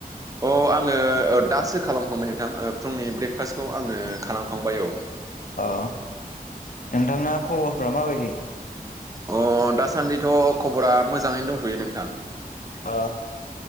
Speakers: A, on the right (about 20°); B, on the left (about 60°).
A: अ आङो ओ दासो खालामखांबाय नोंथां ओ फुंनि ब्रेकफास्टखौ आङो खालामखांबाय औ।
B: अ नोंथांना खबरफ्रा माबायदि?
A: अ दासान्दिथ' खबरा मोजाङैनो दंथ'यो नोंथां।
B: ओ